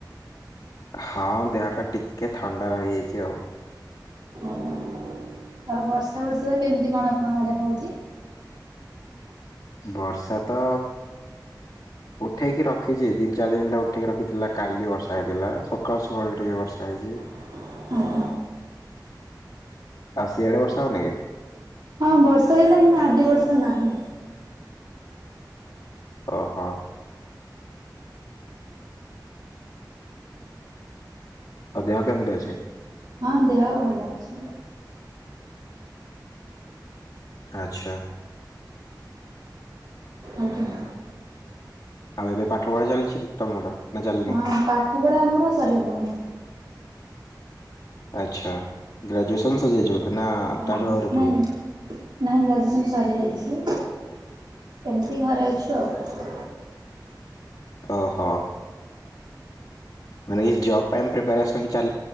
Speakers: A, on the left (about 55°); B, on the right (about 70°).
A: ହଁ ଦେହଟା ଟିକେ ଥଣ୍ଡା ରହିଯାଇଛି ଆଉ।
B: ଆଜ୍ଞା ଆଉ ବର୍ଷା ବର୍ଷା କେମିତି କଣ ଆପଣଙ୍କ ଆଡେ ହଉଛି?
A: ବର୍ଷା ତ ଉଠାଇକି ରଖିଛି ଦି ଚାରି ଦିନ ହେଲା ଉଠାଇକି ରଖିଥିଲା। କାଲି ବର୍ଷା ହେଇଥିଲା, ସକାଳୁ ସକାଳୁ ଟିକେ ବର୍ଷା ହେଇଛି।
B: <inaudible> <unintelligible>
A: ଆଉ ସିଆଡେ ବର୍ଷା ହଉନି କି?
B: ହଁ ବର୍ଷା ହେଇଥିଲା କିନ୍ତୁ ଆଜି ବର୍ଷା ନାହିଁ।
A: ଓହୋ। ଆଉ ଦେହ କେମିତି ଅଛି?
B: ହଁ ଦେହ ଭଲ ଅଛି।
A: ଆଚ୍ଛା।
B: ଆଜ୍ଞା।
A: ଆଉ ଏବେ ପାଠ ପଢା ଚାଲିଛି ତମର ନା ଚାଲିନି।
B: ହଁ ପାଠ ପଢ଼ା ଆମର ସରିଗଲାଣି।
A: ଆଚ୍ଛା ଗ୍ରାଜୁଏସନ୍ ସରି ଯାଇଥିବ ବେଧେ ନା
B: ଆଜ୍ଞା
A: ତାଠୁ ଆଉରି ଉଠିବ।
B: ନାଇଁ ନାଇଁ ଗ୍ରାଜୁଏସନ ସରି ଯାଇଛି। ଏମିତି ଘରେ ଅଛୁ ଆଉ।
A: ଓହୋ। ମାନେ ଏଇ ଜବ୍ ପାଇଁ ପ୍ରିପାରାରେସନ୍